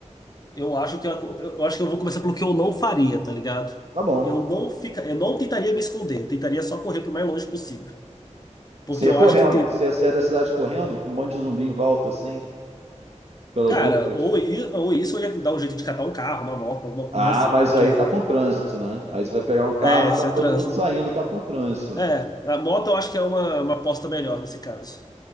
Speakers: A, on the left; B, on the right.
A: eu acho que eu, eu acho que eu vou começar pelo que eu não faria, tá ligado?
B: Tá bom.
A: Eu não fica, eu não tentaria me esconder, eu tentaria só correr pro mais longe possível. Porque
B: Você ia
A: eu
B: correndo.
A: acho que
B: Você ia sair da cidade correndo com um monte de zumbi em volta, assim, pelas
A: Cara,
B: ruas.
A: ou, i- ou isso, ou ia dar um jeito de catar um carro, uma moto, alguma
B: Ah,
A: coisa assim,
B: mas
A: porque.
B: aí tá com trânsito, né? Aí você vai pegar um carro,
A: É,
B: tá
A: você
B: todo
A: transa.
B: mundo saindo, tá com trânsito.
A: É, a moto eu acho que é uma, uma aposta melhor nesse caso.